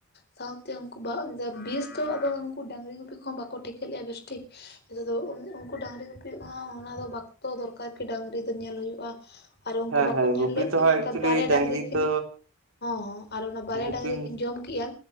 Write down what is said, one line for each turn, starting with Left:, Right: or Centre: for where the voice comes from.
Left: ᱥᱟᱶᱛᱮ ᱩᱱᱠᱩ ᱵᱟ ᱟᱫᱚ ᱵᱤᱥ ᱫᱚ ᱟᱫᱚ ᱩᱱᱠᱩ ᱰᱟᱹᱝᱨᱤ ᱜᱩᱯᱤ ᱠᱚᱦᱚᱸ ᱵᱟᱠᱚ ᱴᱷᱤᱠᱟᱹ ᱞᱮᱜ-ᱟ ᱵᱮᱥ ᱴᱷᱤᱠ᱾ ᱦᱤᱸᱛᱚᱜ ᱫᱚ ᱩᱱ ᱩᱱᱠᱩ ᱰᱟᱹᱝᱨᱤ ᱜᱩᱯᱤᱭ ᱠᱚᱦᱚᱸ ᱚᱱᱟ ᱫᱚ ᱵᱟᱠ ᱛᱚ ᱫᱚᱨᱠᱟᱨ ᱠᱤ ᱰᱟᱹᱝᱨᱤ ᱫᱚ ᱧᱮᱞ ᱦᱩᱭᱩᱜ-ᱟ᱾ ᱟᱨ ᱩᱱᱠᱩ
Right: ᱦᱮᱸ
Left: ᱵᱟᱠᱚ
Right: ᱦᱮᱸ
Left: ᱧᱮᱞ
Right: ᱜᱩᱯᱤ
Left: ᱞᱮᱜ
Right: ᱛᱚ
Left: ᱠᱤᱱᱟᱹ
Right: ᱦᱟᱸᱜ
Left: ᱮᱱᱠᱷᱟᱡ
Right: ᱮᱠᱪᱩᱭᱮᱞᱤ
Left: ᱵᱟᱨᱭᱟ ᱰᱟᱝᱨᱤ ᱠᱤᱱᱼᱼ
Right: ᱛᱚ
Left: ᱚᱸᱦᱚᱸ ᱟᱨ ᱚᱱᱟ ᱵᱟᱨᱭᱟ
Right: ᱜᱩᱯᱤᱢ
Left: ᱰᱟᱹᱝᱨᱤ ᱠᱤᱱ ᱡᱚᱢ ᱠᱮᱜ-ᱟᱼᱼ